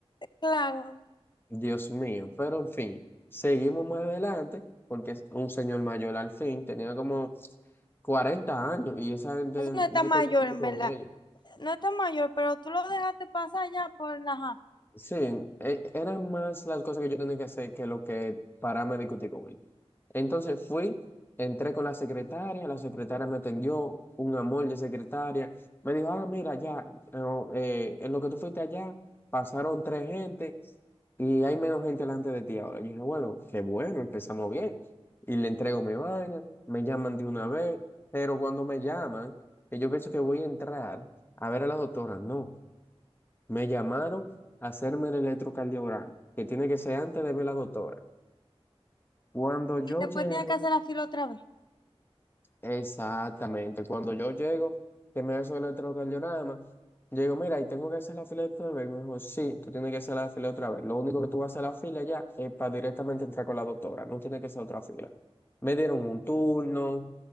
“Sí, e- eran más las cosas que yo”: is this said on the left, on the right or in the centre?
Left